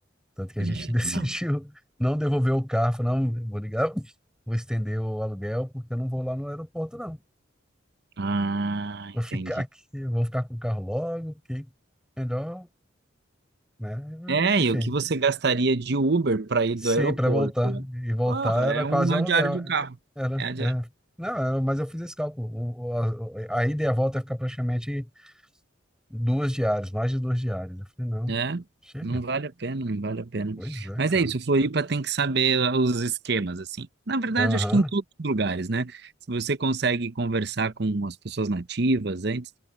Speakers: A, in the centre; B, on the right (about 55°).
A: Tanto que a
B: é,
A: gente <laughs> decidiu
B: não.
A: não devolver o carro. Falei, Não, vou ligar, vou estender o aluguel, porque eu não vou lá no aeroporto, não.
B: Ah,
A: Vou
B: entendi.
A: ficar aqui, vou ficar com o carro logo, porque melhor, né?
B: É,
A: Enfim,
B: e o que você gastaria de Uber para ir
A: sim,
B: do aeroporto?
A: para voltar. E voltar
B: Porra,
A: era
B: é
A: quase
B: uma
A: o aluguel.
B: diária de um carro.
A: Era,
B: É a
A: era. Não, era- mas eu fiz esse cálculo. O- o- a, a ida e a volta ia ficar praticamente duas diárias, mais de duas diárias. Eu falei, não,
B: É,
A: chega.
B: não vale a pena, não vale a pena.
A: Pois é,
B: Mas
A: cara.
B: é isso, Floripa tem que saber ah, os esquemas, assim. Na verdade,
A: Aham.
B: acho que em todos os lugares, né? Se você consegue conversar com as pessoas nativas antes,